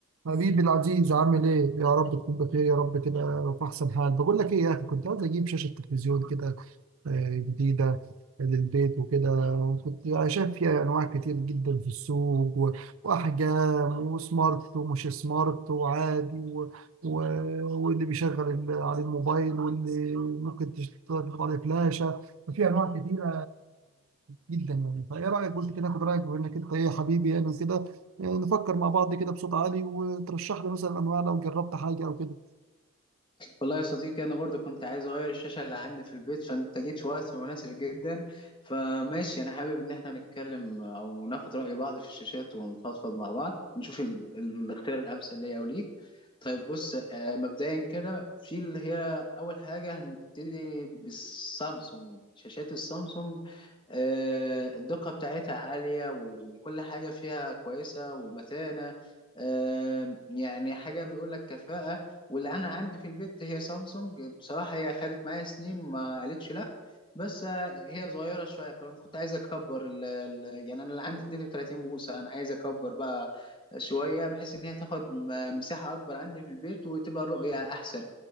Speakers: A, on the right (about 75°); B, on the left (about 25°).
A: حبيبي العزيز عامل ايه؟ يا رب تكون بخير يا رب كده في احسن حال، بقول لك ايه يا اخي كنت عايز اجيب شاشة تلفزيون كده آه، جديدة للبيت وكده كنت شايف فيها أنواع كتير جدا في السوق و- وأحجام وسمارت ومش سمارت وعادي و... و... واللي بيشغل ال- على الموبايل واللي ممكن تشتغل عليه فلاشة ففي أنواع كتيرة جدا يعني فإيه رأيك قلت كده آخد رأيك بما إنك أنت إيه حبيبي يعني وكده آه، نفكر مع بعض كده بصوت عالي وترشح لي مثلا أنواع لو جربت حاجة أو كده
B: والله يا صديقي انا برضو كنت عايز اغير الشاشه اللي عندي في البيت فانت جيت في وقت مناسب جدا فماشي انا حابب ان احنا نتكلم او ناخد راي بعض في الشاشات ونفضفض مع بعض نشوف ال... الاختيار الامثل ليا او ليك طيب بص آه، مبدئيا كده في اللي هي اول حاجه هنبتدي بالسامسونج شاشات السامسونج آه، الدقة بتاعتها عالية وال- وكل حاجة فيها كويسة والمتانة آه، يعني حاجة بيقول لك كفاءة واللي أنا عندي في البيت هي سامسونج بصراحة هي خدت معايا سنين ما قالتش لأ بس آه، هي صغيرة شوية فأنا كنت عايز أكبر ال- ال- يعني أنا اللي عندي 32 بوصة أنا عايز أكبر بقى شوية بحيث إن هي تاخد م- مساحة أكبر عندي في البيت وتبقى الرؤية أحسن